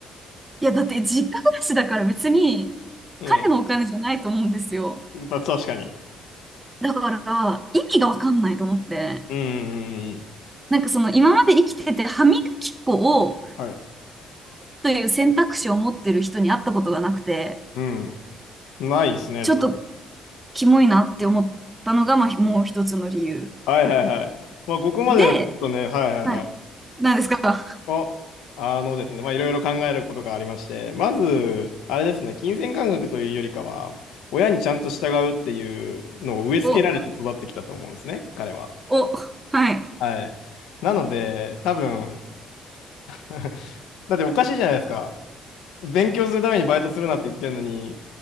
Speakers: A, on the right (about 20°); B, on the left (about 70°).
A: いや、だって実家暮らしだから別に彼のお金じゃないと思うんですよ。
B: うん。た確かに。
A: だから意味がわかんないと思って。
B: うんうんうんうん。
A: なんかその今まで生きてて歯磨き粉を
B: はい。
A: という選択肢を持ってる人に会ったことがなくて、
B: うん。ないですね。
A: ちょっとキモいなって思ったのが、まあ、もう一つの理由。
B: はいはいはい。まあ、ここまではちょっとね、
A: で、
B: はいはいはい。
A: はい。なんですか
B: お、あのですね、まあ、いろいろ考えることがありまして、まず、あれですね、金銭感覚というよりかは、親にちゃんと従うっていうのを植え付けられて育ってきたと思うんですね、
A: お、
B: 彼は。
A: お、はい。
B: はい。なので、多分 <laughs> だっておかしいじゃないですか。勉強するためにバイトするなって言ってるのに、